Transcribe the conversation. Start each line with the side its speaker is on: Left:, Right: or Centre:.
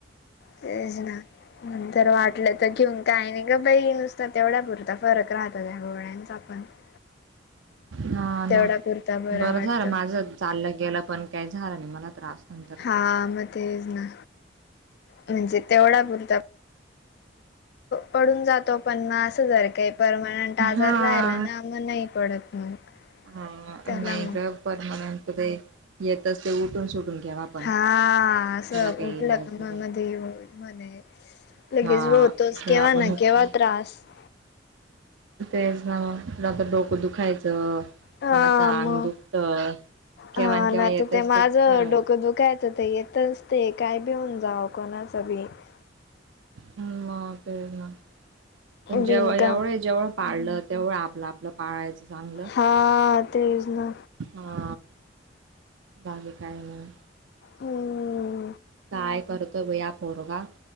Left: तेच ना नंतर वाटलं तर घेऊन काय नाही <unintelligible> ग बाई नुसत तेवढ्या पुरता फरक राहत त्या गोळ्यांचा पण <unintelligible>
Right: ह..
Left: तेवढा
Right: ना <unintelligible>
Left: पुरता
Right: बरं
Left: वाटतं
Right: झालं माझं चाललं गेलं पण काही झालं नाही मला त्रास नंतर <unintelligible>
Left: हा.. म <unintelligible> तेच ना.. म्हणजे तेवढा पुरत <unintelligible> पडून जातो पण म असं जर काही परमानंट आजार
Right: हा
Left: राहिला ना <unintelligible> म.. नाही पडत मग <unintelligible>
Right: हा..
Left: त्याला
Right: नाही
Left: मग
Right: ग परमानंट ते येतच ते उठून सुटून घ्यावा. <unintelligible>
Left: हा.. असं
Right: त्याला काही
Left: उठलं
Right: इलाज
Left: कामा
Right: नाही राहत.
Left: म हे होईल म्हणे <unintelligible> लगेच
Right: हा
Left: होतोस
Right: किंवा
Left: केव
Right: आपण
Left: ना
Right: हुकी
Left: केव त्रास <unintelligible>
Right: तेच ना मग.. ल डोकं दुखायचं <unintelligible>
Left: हा
Right: कोणाच आंग
Left: मग
Right: दुखत.. केव्हा-
Left: हा
Right: केव्हा
Left: ना
Right: येतच
Left: तर माझं
Right: ते खरंय.
Left: डोकं
Right: <unintelligible>
Left: दुखायचं ते येतच ते काय बिऊन जाव कोणाचं बी <unintelligible>
Right: म पेरणा <unintelligible> पण जेव
Left: बिनकामाचं
Right: एवढे जेवढं पाळलं तेवढं आपलं आपलं पाळायचं चांगलं
Left: हा तेच ना
Right: हा बाकी काय नाही <unintelligible>
Left: हम्म.. <unintelligible>
Right: काय करतोय बया पोरगा..